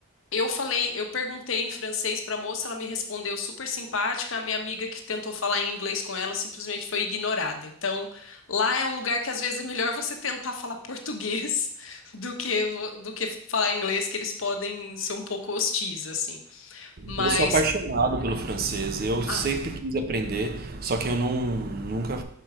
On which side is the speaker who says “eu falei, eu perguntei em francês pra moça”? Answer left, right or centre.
Left